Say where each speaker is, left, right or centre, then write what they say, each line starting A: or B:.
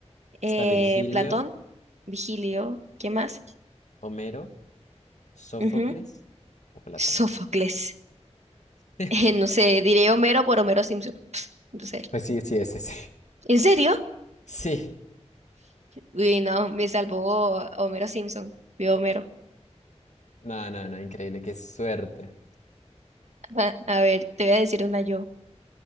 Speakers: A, on the right (about 70°); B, on the left (about 80°).
A: Eh,
B: Está Virgilio,
A: Platón, Vigilio, ¿quién más?
B: Homero, Sófocles
A: Ujú.
B: o Platón.
A: Sófocles.
B: <laughs>
A: <laughs> No sé, diré Homero por Homero Simpson. Pss, no sé.
B: Pues sí, sí, ese sí.
A: ¿En serio?
B: Sí.
A: Uy, no, me salvó Homero Simpson. Vio Homero.
B: No, no, no, increíble, qué suerte.
A: Ajá, A ver, te voy a decir una yo.